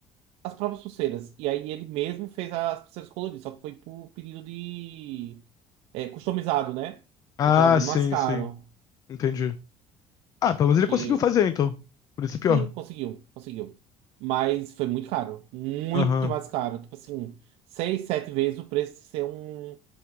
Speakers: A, on the right; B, on the left.
A: as próprias pulseiras. E aí ele mesmo fez as pulseiras coloridas, só que foi por pedido de. é, customizado, né?
B: Ah,
A: Então é bem
B: sim,
A: mais caro.
B: sim. Entendi. Ah, pelo menos
A: Porque,
B: ele conseguiu fazer, então. Por isso é pior.
A: sim, conseguiu, conseguiu. Mas foi muito caro. Muito
B: Aham.
A: mais caro. Tipo assim, seis, sete vezes o preço de ser um,